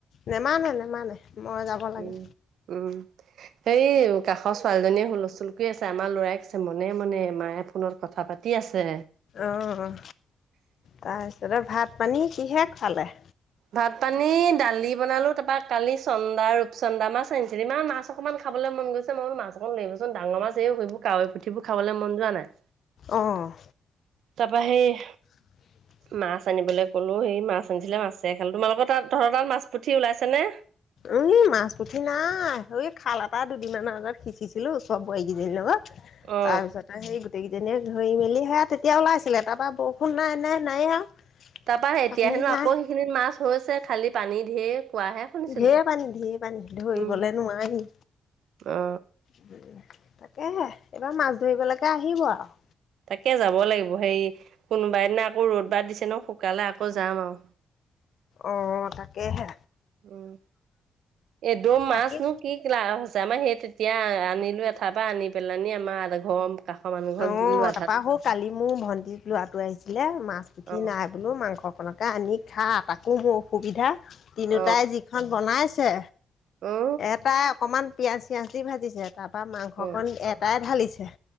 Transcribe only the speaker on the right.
উম উম। সেই, কাষৰ ছোৱালীজনীয়ে হুলস্থুল কৰি আছে। আমাৰ লৰাই কৈছে, মনে-মনে, মায়ে ফোনত কথা পাতি তি আছে।
ভাত-পানী, দালি বনালোঁ। তাৰপা, কালি চন্দা, ৰূপচন্দা মাছ আনিছিলে। ইমান মাছ অকণমান খাবলৈ মন গৈছে। মই বোলোঁ, মাছ অকণ লৈ আহিবচোন? ডাঙৰ মাছ, এই সেইবোৰ কাৱৈ পুঠিবোৰ খাবলৈ মন যোৱা নাই।
তাৰপা সেই,
মাছ আনিবলৈ ক'লোঁ, সেই মাছ আনিছিলে, মাছেই খালোঁ। তোমালোকৰ তাত, তহঁতৰ তাত, মাছ পুঠি ওলাইছেনে?
অ
তাৰপা, এতিয়া
হেনোঁ আকৌ,
সেইখিনিত মাছ হৈছে। খালি, পানী ঢেৰ! কোৱাহে শুনিছিলো।
উম
অ
তাকে, যাব লাগিব। সেই, কোনোবাইদিনা আকৌ, ৰ'দ বা দিছে ন' শুকালে আকৌ, যাম আৰু।
উম, এদুম
মাছ নো কি কি লাভ হৈছে। আমাৰ সেই, তেতিয়া আনিলোঁৱে এঠাইৰ পৰা আনি পেলনি, আমাৰ ঘৰ কাষৰ মানুহ ঘৰক
দিলো আধাত
অ
অ
অ
অ